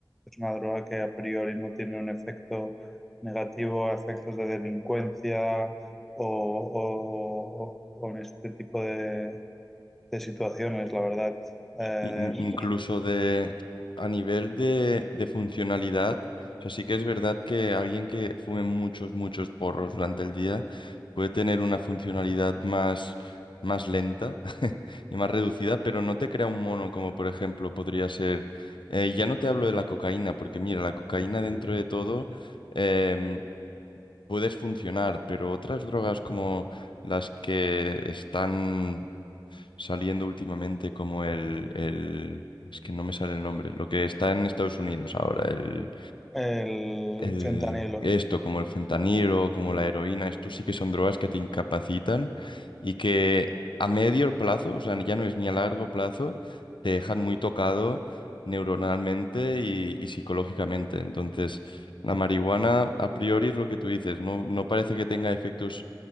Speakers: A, in the centre; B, on the left.
A: es una droga que a priori no tiene un efecto negativo a efectos de delincuencia o, o- o- o en este tipo de, de situaciones, la verdad. Eh,
B: in- incluso de a nivel de, de funcionalidad. O sea, sí que es verdad que alguien que fume muchos, muchos porros durante el día puede tener una funcionalidad más, más lenta <laughs> y más reducida, pero no te crea un mono como por ejemplo podría ser... eh, ya no te hablo de la cocaína, porque mira, la cocaína dentro de todo em, puedes funcionar, pero otras drogas como las que están saliendo últimamente como el, el- Es que no me sale el nombre. Lo que está en Estados Unidos ahora, el,
A: el
B: el...
A: fentanilo.
B: Esto, como el fentanilo, como la heroína, esto sí que son drogas que te incapacitan y que a medio plazo, o sea, ya no es ni a largo plazo, te dejan muy tocado neuronalmente y, y psicológicamente. Entonces, la marihuana, a priori, es lo que tú dices, no, no parece que tenga efectos